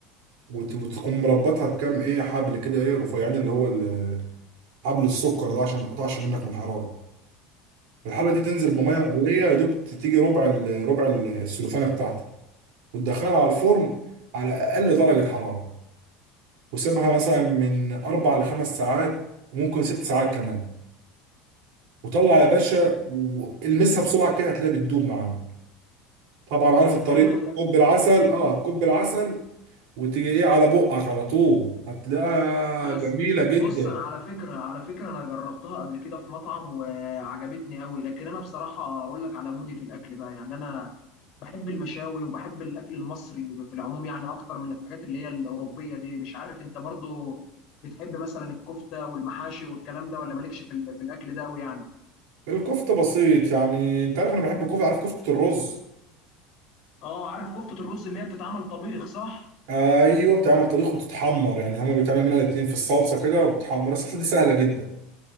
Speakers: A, on the right; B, on the left.
A: وت- وتقوم مربطها بكام ايه حبل كده ايه رفيعين اللي هو ال- حبل السكر ده عشان ما يتقطعش منك من الحراره الحله دي تنزل بميه مغليه يا دوب ت- تيجي ربع ال- ربع ال- السلوفانه بتاعتك وتدخلها على الفرن على اقل درجه حراره وسيبها مثلا من اربع لخمس ساعات وممكن ست ساعات كمان وطلع يا باشا والمسها بسرعه كده هتلاقيها بتدوب معاك طبعا عارف الطريقه
B: حلو
A: كوب العسل اه كوب العسل وتيجي ايه على بقك على طول هتلاقيها
B: انا
A: جميله
B: س-
A: جدا
B: بص انا على فكره على فكره انا جربتها قبل كده في مطعم وعجبتني قوي لكن انا بصراحه اقول لك على مودي في الاكل بقى يعني انا بحب المشاوي وبحب الاكل المصري في العموم يعني اكتر من الحاجات اللي هي الاوروبيه دي مش عارف انت برضو بتحب مثلا الكفته والمحاشي والكلام ده ولا مالكش في ال- في الاكل ده قوي يعني
A: الكفته بسيط يعني انت عارف انا بحب الكفته عارف كفته الرز
B: اه عارف كفته الرز اللي هي بتتعمل طبيخ صح
A: ايوه بتعمل طبيخ وتتحمر يعني هما بيتعمل منها الاتنين في الصلصه كده وبتحمر الصلصه دي سهله جدا